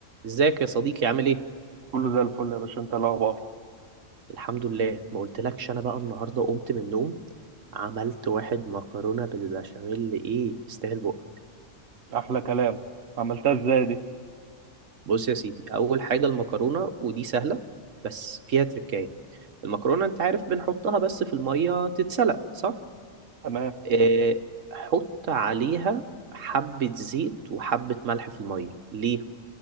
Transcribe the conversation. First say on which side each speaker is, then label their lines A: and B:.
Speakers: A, on the right (about 75°); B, on the right (about 55°).
A: ازيك يا صديقي عامل ايه؟
B: كله زي الفل يا باشا انت إيه الاخبار
A: الحمد لله ما قلتلكش انا بقى النهارده قمت من النوم عملت واحد مكرونه بالبشاميل ايه يستاهل بقك
B: احلى كلام عملتها ازاي دي
A: بص يا سيدي اول حاجه المكرونه ودي سهله بس فيها تركايه المكرونه انت عارف بنحطها بس في الميه تتسلق صح؟
B: تمام
A: اه حط عليها حبه زيت وحبه ملح في الميه ليه؟